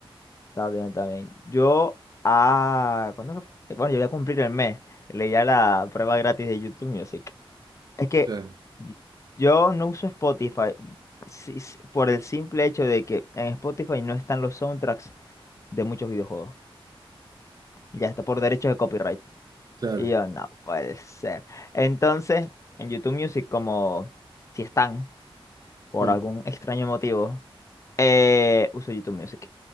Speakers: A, on the left (about 30°); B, on the right (about 40°).
A: Está bien, está bien. Yo, ah, ¿cuándo que fue? Bueno, yo voy a cumplir el mes. leí Leía la prueba gratis de YouTube Music. Es que
B: Claro,
A: y- yo no uso Spotify si- si- por el simple hecho de que en Spotify no están los soundtracks de muchos videojuegos. Ya está por derechos de copyright.
B: claro.
A: Y yo, no puede ser. Entonces, en YouTube Music, como si están por
B: Mm,
A: algún extraño motivo, eh, uso YouTube Music.